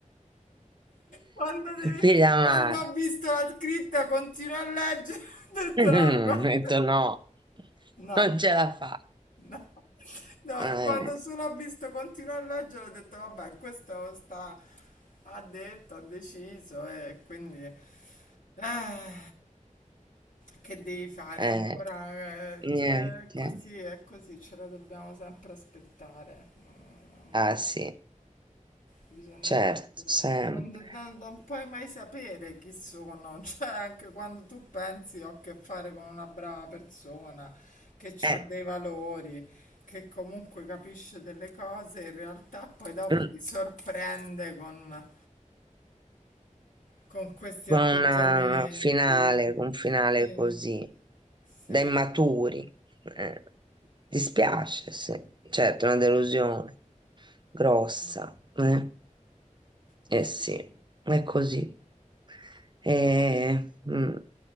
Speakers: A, on the left; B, on the right.
A: Quando, deve-
B: Piglia
A: quando
B: male.
A: ha visto la scritta continua a leggere, <laughs> ha detto
B: Mm,
A: no, guarda.
B: Ho detto no,
A: No,
B: non ce la faccio.
A: no, no,
B: Eh,
A: quando solo ha visto continua a leggere, ha detto vabbè, questo sta, ha detto, ha deciso e quindi eh, che devi fare
B: eh,
A: ancora? eh,
B: niente.
A: cioè, È così, è così, ce la dobbiamo sempre aspettare. Mm, un
B: Ah
A: disastro.
B: sì,
A: Bisogna
B: certo,
A: sempre,
B: sempre.
A: non, non- non puoi mai sapere chi sono, <laughs> cioè anche quando tu pensi ho a che fare con una brava persona, che
B: Eh,
A: ha dei valori, che comunque capisce delle cose, in realtà poi dopo
B: mm,
A: ti sorprende con, con questi
B: con
A: atteggiamenti.
B: una finale, con un finale
A: Sì,
B: così.
A: sì,
B: da immaturi. Eh, dispiace,
A: sì,
B: sì. Certo, è una delusione grossa.
A: sì,
B: Eh, Eh
A: sì.
B: sì, è così. Eh, mm.